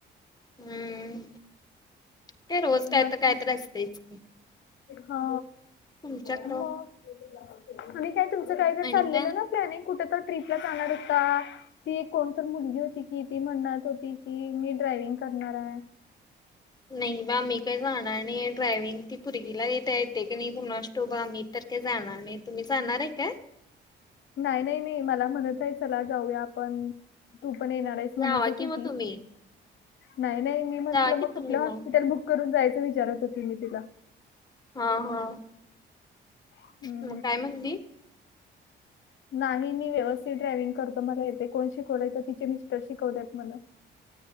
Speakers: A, on the left; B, on the left.
A: हम्म. ते रोज काय
B: बाकी?
A: तर काय तर असतेच की
B: हा
A: तुमच्याकडं
B: मग. आणि काय तुमचं काहीत
A: आणि
B: चाललेलं
A: काय
B: ना प्लॅनिंग कुठं तर ट्र्रीपला जाणार होता? ती एक कोणतर मुलगी होती की ती म्हणणात होती की मी ड्रायविंग करणार आहे.
A: नाही बा मी काय जाणार नाही ड्रायविंग ती पोरगीला येता येते की नाही कोणा अस तोबा मी तर काय जाणार नाही. तुम्ही जाणार आहे काय?
B: नाही नाही नाही मला म्हणत आहे चला जाऊया आपण तू पण येणार आहे. तेच म्हणत
A: जावा
B: होती
A: कि मग
B: ती,
A: तुम्ही
B: नाही नाही, मी म्हटलं
A: जावा की
B: कुठलं
A: तुम्ही
B: हॉस्पिटल
A: मग
B: बुक करून जायचं विचारत होती मी तिला
A: हा हा.
B: हम्म!
A: मग काय म्हणली?
B: नाही मी व्यवस्थित ड्रायव्हंग करतो, मला येतय, कोण शिकवलय? तर तिचे मिस्टर शिकवलेत म्हण.